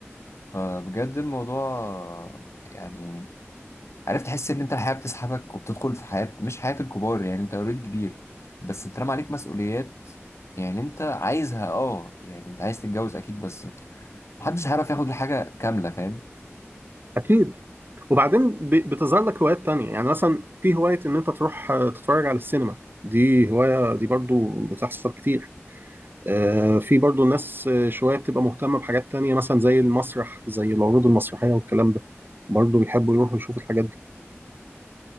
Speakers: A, on the left; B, on the right.
A: فبجد الموضوع يعني عرفت تحس ان انت الحياه بتسحبك وبتدخل في حياه مش حياه الكبار يعني انت اوريدي كبير بس اترمى عليك مسؤوليات يعني انت عايزها اه يعني انت عايز تتجوز اكيد بس محدش هيعرف ياخد الحاجه كامله فاهم
B: اكيد وبعدين ب... بتظهر لك هوايات تانية يعني مثلا في هوايه ان انت تروح آه، تتفرج على السينما دي هوايه دي برضو بتحصل كتير آه، في برضو ناس آه، شوية بتبقى مهتمة بحاجات تانية مثلا زي المسرح زي العروض المسرحية والكلام ده برضو بيحبوا يروحوا يشوفوا الحاجات دي